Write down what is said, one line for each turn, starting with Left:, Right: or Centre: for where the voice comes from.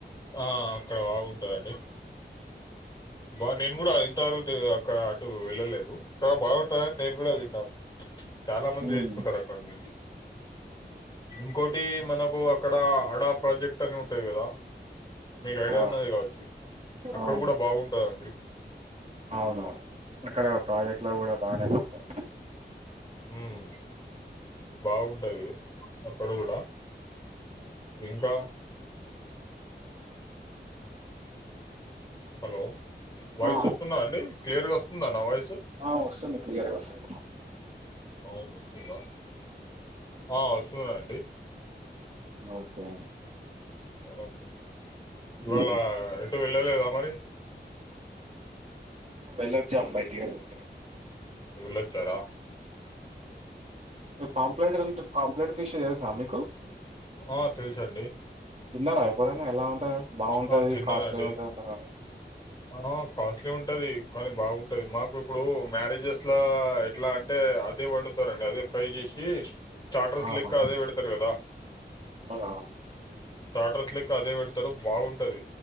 Left: ఆ అక్కడ బాగుంటుందండి బా నేను కూడా ఇంతవరకు అక్కడ వెళ్ళలేదు ఇడ బాగుంటుందిని నేను కూడా తిన్నారు చాలా మంది
Right: ఉమ్
Left: వసుకుంటారు అక్కడ నుంచి ఇంకోటి మనకు అక్కడ అడా ప్రాజెక్ట్ అని ఉంటాయి కదా మీకు ఐడియా
Right: ఆ
Left: ఉన్నది కావచ్చు అక్కడ
Right: అవును
Left: కూడా బాగుంటు అది
Right: అవునవును అక్కడ ప్రాజెక్ట్ లో కూడా బాగానే పడతారు
Left: హ బాగుంటాది అప్పుడు కూడా ఏంకా హలో వాయిస్
Right: ఆ
Left: వస్తుందా అండి క్లియర్గా వస్తుందా నా వాయిస్
Right: ఆ వస్తుంది క్లియర్గా వస్తుంది
Left: అవును వస్తుందా ఆ వస్తున్నా అండి
Right: ఓకే
Left: ఓక
Right: ఇది
Left: ఇవాళ ఎటు వెళ్ళలేదా మరి
Right: వెళ్లొచ్చాం బయటికి వెళ్ళొచ్చా
Left: వెళ్లొచ్చారా
Right: పాంప్లలేట్ అంట పాంప్లేట్ విష తెలుసా మీకు
Left: ఆ తెలుసండి
Right: తిన్నారా ఎప్పుడైనా ఎలా ఉంటారు బాగుంటది
Left: ఆ తిన్నానండి
Right: కాస్ట్లీ ఉంటదింటారు
Left: ఆ కాస్ట్లీ ఉంటది కానీ బాగుంటది మాకు ఇప్పుడు మ్యారేజెస్లా ఎట్లా అంటే అదే వండుతారండి అదే ఫ్రై చేసి స్టార్టర్స్
Right: ఆహా
Left: లెక్క అదే పెడతారు కదా
Right: అవునా
Left: స్టార్టస్ లెక్క అదే పెడతారు బావుంటది